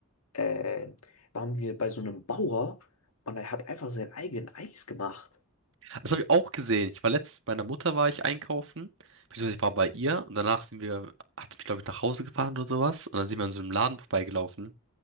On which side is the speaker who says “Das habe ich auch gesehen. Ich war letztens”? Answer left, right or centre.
Right